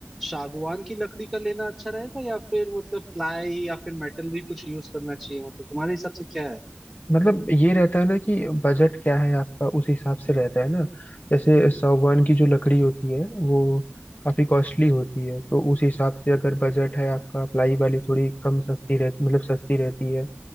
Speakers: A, in the centre; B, on the left.
A: सागवान की लकड़ी का लेना अच्छा रहेगा या फिर मतलब प्लाई या फिर मेटल भी कुछ यूज करना चाहिए मतलब तुम्हारे हिसाब से क्या है
B: मतलब ये रहता है ना कि बजट क्या है आपका उस हिसाब से रहता है ना जैसे सागवान की जो लकड़ी होती है वो काफी कॉस्टली होती है तो उस हिसाब से अगर बजट है आपका प्लाई वाली थोड़ी कम सस्ती रह मतलब सस्ती रहती है